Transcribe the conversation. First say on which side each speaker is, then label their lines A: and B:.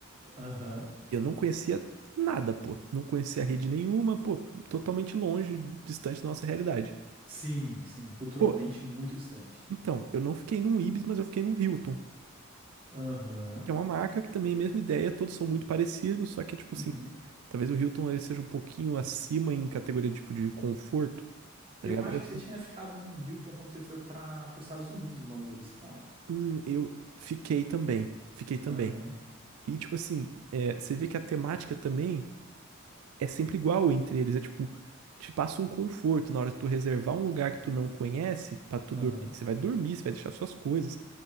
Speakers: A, on the right (about 25°); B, on the right (about 80°).
A: aham.
B: eu não conhecia nada, pô. Não conhecia rede nenhuma, pô. Totalmente longe, distante da nossa realidade.
A: Sim, sim, culturalmente
B: Pô,
A: muito distante.
B: então, eu não fiquei num Ibis, mas eu fiquei num Hilton.
A: Aham,
B: que é uma marca que também é a mesma ideia, todos são muito parecidos, só que, tipo
A: uhum.
B: assim, talvez o Hilton ele seja um pouquinho acima em categoria, tipo, de conforto, tá
A: Eu
B: ligado?
A: acho
B: Eu,
A: que você tinha ficado num Hilton quando você foi para os Estados Unidos uma vez, cara.
B: hum, eu fiquei também, fiquei também.
A: Aham,
B: E, tipo assim, é, você vê que a temática também é sempre igual entre eles, é tipo, te passa um conforto na hora de tu reservar um lugar que tu não conhece pra tu
A: aham.
B: dormir, que você vai dormir, você vai deixar suas coisas.